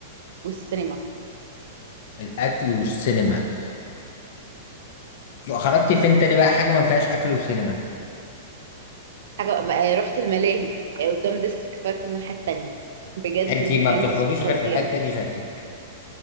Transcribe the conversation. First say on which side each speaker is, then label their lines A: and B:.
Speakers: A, on the right; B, on the left.
A: والسينما
B: الاكل والسينما لو خرجتي فين تاني بقى حاجة ما فيهاش اكل وسينما
A: حاجة آه، رحت الملاهي آه، قدام ديستريكت فايف الناحية التانية بجد
B: انتي
A: مكان
B: ما بتخرجيش غير
A: فظيع
B: في الحتة دي شكلك